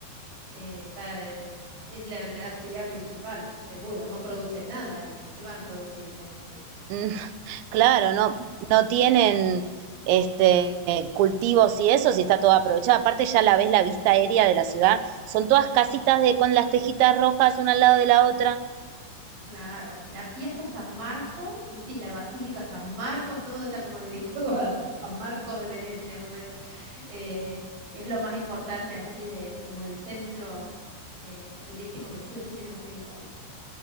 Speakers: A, on the right; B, on the right.
A: eh, está, eh, es la, la, actividad principal, seguro, no producen nada ahí. ¿Qué van a producir en Venecia?
B: Mm, <laughs> Claro, no, no tienen este cultivos y eso, si está todo aprovechado. Aparte ya la ves la vista aérea de la ciudad. Son todas casitas de con las tejitas rojas una al lado de la otra.
A: Claro, la Piazza San Marco, viste, y la Basílica San Marcos, todo está como <laughs> dedicado a San Marcos de Venecia, no sé, eh, es lo más importante así de como el centro eh, turístico que sí o sí tenemos que ir ahí.